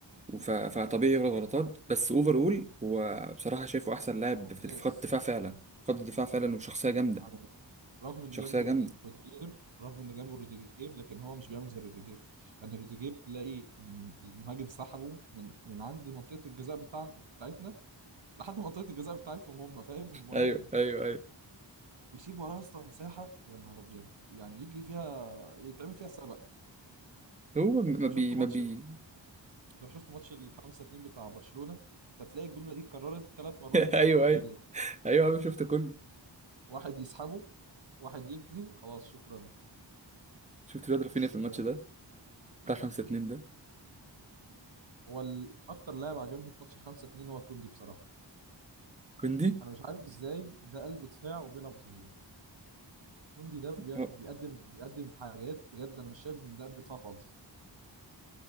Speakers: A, on the right; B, on the right.
A: وف... فطبيعي يغلط غلطات بس اوفر اول هو بصراحه شايفه احسن لاعب
B: ممتاز
A: في في خط الدفاع فعلا خط الدفاع فعلا
B: مم.
A: وشخصيه جامده
B: يعني رغم ان
A: شخصيه
B: جنبه
A: جامده
B: رودي- روديجير رغم ان جنبه روديجير لكن هو مش بيعمل زي روديجير يعني روديجير تلاقي إن المهاجم سحبه من من عند منطقه الجزاء بتاع بتاعتنا لحد منطقه الجزاء بتاعتهم هم فاهم <laughs> المهاجم
A: ايوه ايوه ايوه
B: ويسيب وراه اصلا مساحه يا نهار ابيض يعني يجري فيها يتعمل فيها سبق
A: هو ما
B: لو
A: بي
B: شفت ماتش
A: ما بي <laughs>
B: لو شفت ماتش ال 5 2 بتاع برشلونه كنت هتلاقي الجمله دي اتكررت ثلاث مرات بسبب
A: ايوه
B: روديجير
A: ايوه ايوه انا شفت كله
B: واحد يسحبه واحد يجري خلاص شكرا
A: شفت الواد رافينيا
B: بس
A: في الماتش ده بتاع 5 2 ده
B: هو ال- اكتر لاعب عجبني في ماتش الخمسة اتنين هو كوندي بصراحة
A: كوندي
B: انا مش عارف ازاي ده قلب دفاع وبيلعب ظهير كوندي ده بي-
A: اه
B: بيقدم بيقدم حاجات بجد انا مش شايف ان ده قلب دفاع خالص